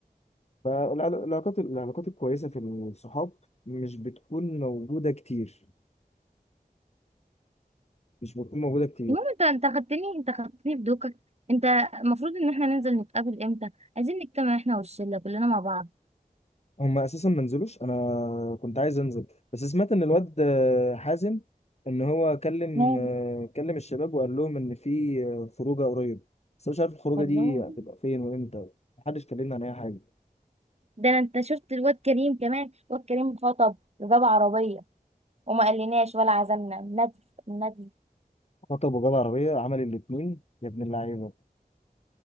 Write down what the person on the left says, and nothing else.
فالعل- العلاقات العلاقات الكويسة في الصحاب مش بتكون موجودة كتير مش بتكون موجودة كتير
هما أساسا ما نزلوش أنا كنت عايز أنزل بس سمعت إن الواد آه، حازم إن هو كلم
آه، كلم الشباب وقال لهم إن في آه، خروجة قريب بس أنا مش عارف الخروجة
دي هتبقى فين وإمتى محدش كلمنا عن أي حاجة
خطب وجاب عربية عمل الاتنين يا ابن اللعيبة